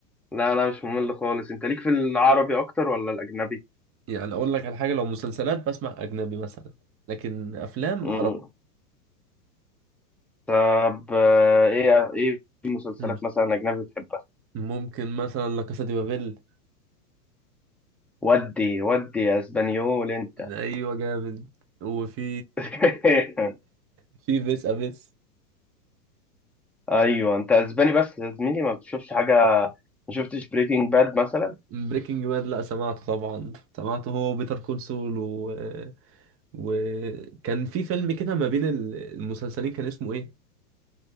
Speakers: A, in the centre; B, on the right.
A: لا لا مش ممل خالص انت ليك في العربي اكتر ولا الاجنبي
B: يعني اقول لك على حاجه لو مسلسلات بسمع اجنبي مثلا لكن افلام
A: امم
B: عربي
A: طب آه، ايه ايه المسلسلات
B: مم.
A: مثلا اجنبي بتحبها
B: ممكن مثلا لا كاسا دي بابيل
A: ودي ودي يا اسبانيول انت
B: ايوه جامد وفي
A: <laughs>
B: في فيس افيس
A: ايوه انت اسباني بس يا زميلي ما بتشوفش حاجه ما شفتش بريكنج باد مثلا
B: بريكنج باد لا سمعته طبعا سمعته هو وبيتر كول سول و... وكان في فيلم كده ما بين ال- المسلسلين كان اسمه ايه